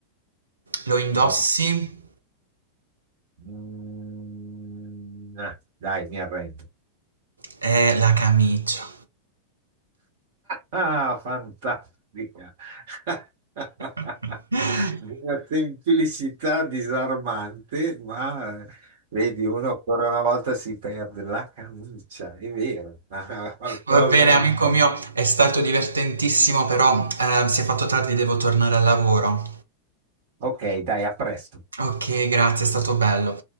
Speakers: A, on the right; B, on the right.
A: Lo indossi
B: eh, mm, ah, dai, mi arrendo.
A: è la camicia.
B: Ah, fantastica! <laughs>
A: <laughs>
B: Una semplicità disarmante, ma eh, vedi, uno ancora una volta si perde la camicia, è vero. <laughs> Al
A: Va
B: collo,
A: bene,
B: ma-
A: amico
B: no.
A: mio, è stato divertentissimo, però eh, si è fatto tardi, devo tornare al lavoro.
B: Ok, dai, a presto.
A: Ok, grazie, è stato bello.